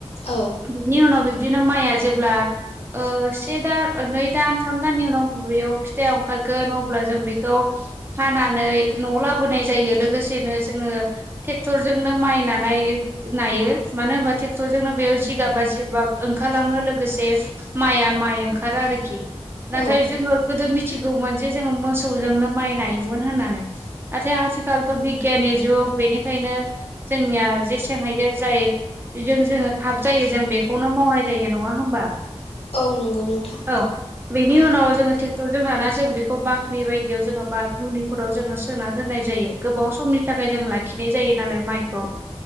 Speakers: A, on the left; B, on the right.
A: औ
B: बिनि उनाव बिब्दिनो माइआ जे ब्ला ओ से दा नै दान थाम दाननि उनाव मबेयाव फिथाइ ओंखारगोन अब्ला जों बेखौ हानानै नआव लाबोनाय जायो लोगोसेनो जोङो ट्रेक्टरजोंनो माइ नानाय नायो मानो होनबा टेक्टरजोंनो बेयाव जिगाबा जिबाब ओंखारलाङो लोग गोसे माइआ माइ ओंखारो आरोखि नाथाय
A: औ
B: जोङो गोदो मि थिगौमोन जे जोङो मोसौजोंनो माइ नायोमोन होननानै नाथाय आथिखालथ' बिगियाननि जुग बेनिखायनो जोंनिया जेसें हायो जाय बेजों जोङो थाब जायो जों बेखौनो मावनाय जायो न ङा होमबा
A: औ नंगौ नोंथां
B: औ बिनि उनाव जोङो ट्रेक्टर जों नाना जों बेखौ बाख्रि बायदियाव जोङो बा दुलिफोराव जोङो सोना दोननाय जायो गोबाव समनि थाखाय जोङो लाखिनाय जायो नालाय माइखौ